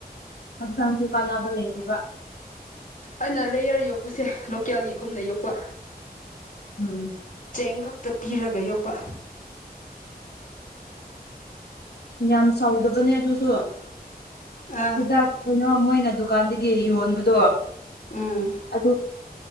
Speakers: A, on the left (about 80°); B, on the left (about 50°).
A: ꯍꯛꯆꯥꯡꯁꯨ ꯀꯥꯟꯅꯕ ꯂꯩꯇꯦꯕ
B: ꯑꯩꯅ ꯂꯩꯌꯔ ꯌꯣꯛꯄꯁꯦ ꯂꯣꯀꯦꯜꯒꯤꯒꯨꯝꯅ ꯌꯣꯛꯄ
A: ꯎꯝ
B: ꯆꯦꯡ ꯈꯛꯇ ꯄꯤꯔꯒ ꯌꯣꯛꯄ
A: ꯌꯥꯝ ꯆꯥꯎꯗꯕꯅꯦ ꯑꯗꯨꯁꯨ
B: ꯑꯥ
A: ꯍꯤꯗꯥꯛ ꯀꯩꯅꯣ ꯃꯣꯏꯅ ꯗꯨꯀꯥꯟꯗꯒꯤꯔꯤ ꯌꯣꯟꯕꯗꯣ
B: ꯎꯝ
A: ꯑꯗꯨ